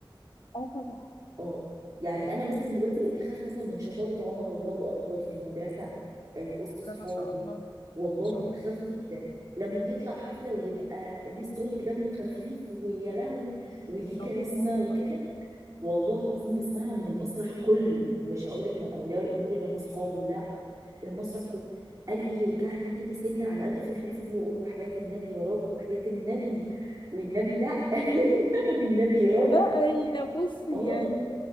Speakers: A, on the left; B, on the right.
A: اه طبعا
B: اه يعني انا مثلا دلوقتي بقيت اخاف مثلا من شطاره عمر الله اكبر في المدرسه آه، في وسط اصحابه
A: لا ما شاء الله ما
B: والله
A: شاء
B: بخاف
A: الله
B: جدا لما بيطلع حفله ويبقى الناس تقول لك دمه خفيف ويا لهوي وليه كاريزما
A: الله هو
B: وكده
A: أكبر.
B: والله العظيم بسمعها من المسرح كله مش هقول لك من اولياء الامور اللي هم اصحابه لا المسرح كله قلبي يوجعني كده سنة على قد فرحتي بيه واقول وحياة النبي يا رب وحياة النبي والنبي لا <laughs> والنبي يا رب
A: لا هي بصي
B: اه
A: يعني